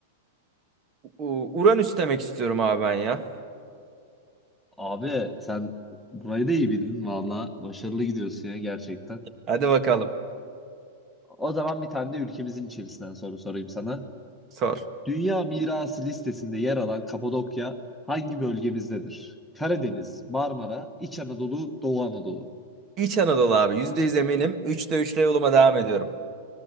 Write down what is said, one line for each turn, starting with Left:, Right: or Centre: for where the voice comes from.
Right: U- Uranüs demek istiyorum abi ben ya.
Centre: Abi sen burayı da iyi bildin valla. Başarılı gidiyorsun ya gerçekten.
Right: Hadi bakalım.
Centre: O zaman bir tane de ülkemizin içerisinden soru sorayım sana.
Right: Sor.
Centre: Dünya Mirası listesinde yer alan Kapadokya hangi bölgemizdedir? Karadeniz, Marmara, İç Anadolu, Doğu Anadolu.
Right: İç Anadolu abi. %100 eminim. Üçte üçle yoluma devam ediyorum.